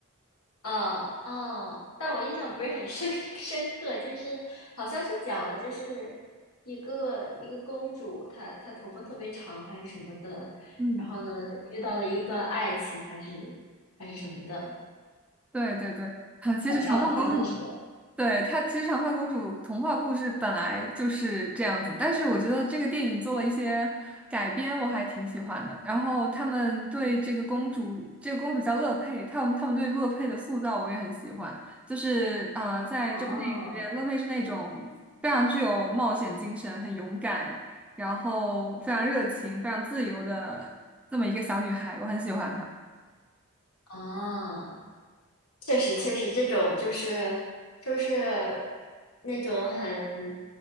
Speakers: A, on the left; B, in the centre.
A: 哦哦，但我印象不是很深 <laughs> 深刻，就是好像是讲了，就是一个一个公主，她她头发特别长还是什么的，
B: 嗯，
A: 然后呢遇到了一段爱情还是还是什么的，
B: 对对对，啊，其实长发公主，
A: 好像好像是
B: 对，她其实长发公主童话故事本来就是这样子，但是我觉得这个电影做了一些改编，我还挺喜欢的。然后他们对这个公主，这个公主叫乐佩，他们他们对乐佩的塑造我也很喜欢。就是呃，在这部电影里面，
A: 哦
B: 乐佩是那种非常具有冒险精神、很勇敢，然后非常热情、非常自由的这么一个小女孩，我很喜欢她。
A: 哦，确实，确实，这种就是就是那种很